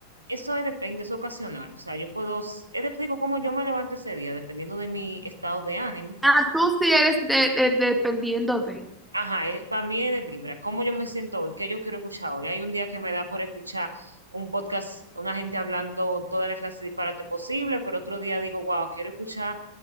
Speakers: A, on the right; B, in the centre.
A: eso es- depende, es ocasional. O sea, yo puedo, es de- digo, como yo me levante ese día, dependiendo de mi estado de ánimo.
B: Ah, tú sí eres de, de- dependiendo de.
A: Ajá, para mí es de vibra. ¿Cómo yo me siento hoy? ¿Qué yo quiero escuchar hoy? Hay un día que me da por escuchar un podcast, una gente hablando toda la clase de disparate posible, pero otro día digo, wow, quiero escuchar